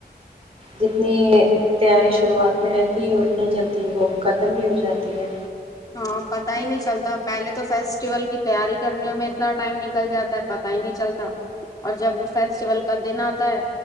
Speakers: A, on the right; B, on the left.
A: جتنی تیاری شروعات میں رہتی ہے اتنی جلدی وہ ختم بھی ہو جاتی ہے
B: ہاں پتا ہی نہیں چلتا پہلے تو فیسٹیول کی تیاری کرنے میں اتنا ٹائم نکل جاتا پتا ہی نہیں چلتا اور جب فیسٹیول کا دن آتا ہے